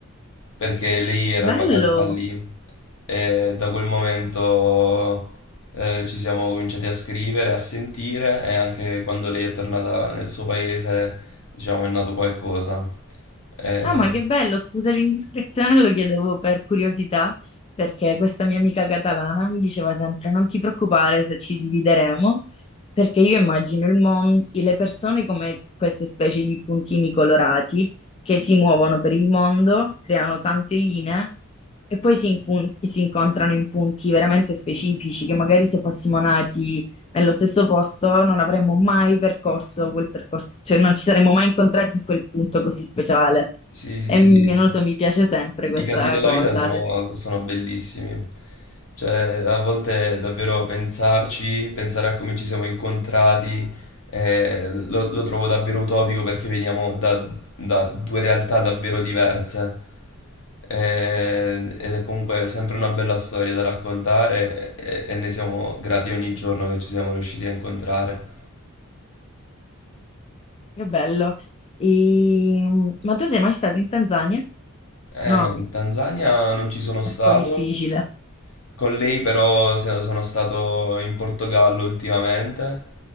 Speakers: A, on the left; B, on the left.
A: perché lei era
B: Bello!
A: in vacanza lì e da quel momento eh, ci siamo cominciati a scrivere, a sentire e anche quando lei è tornata nel suo paese, diciamo, è nato qualcosa. Eh,
B: Ah, ma che bello, scusa l'indiscrezione, lo chiedevo per curiosità, perché questa mia amica catalana mi diceva sempre: non ti preoccupare se ci divideremo, perché io immagino il mondo, le persone come queste specie di puntini colorati che si muovono per il mondo, creano tante linee e poi si, incun- si incontrano in punti veramente specifici, che magari se fossimo nati nello stesso posto non avremmo mai percorso quel percorso, cioè non ci saremmo mai incontrati in quel punto così speciale.
A: sì, sì,
B: E mi- non lo so, mi piace sempre questa
A: I casi della
B: cosa.
A: vita sono,
B: Che
A: sono bellissimi, cioè a volte davvero pensarci, pensare a come ci siamo incontrati, eh, lo, lo trovo davvero utopico perché veniamo da, da due realtà davvero diverse Eh, ed è comunque sempre una bella storia da raccontare e, e ne siamo grati ogni giorno che ci siamo riusciti a incontrare.
B: bello. E, Ma tu sei mai stato in Tanzania? No,
A: Eh no, in Tanzania non ci sono
B: è
A: stato.
B: un po' difficile.
A: Con lei però se- sono stato in Portogallo ultimamente,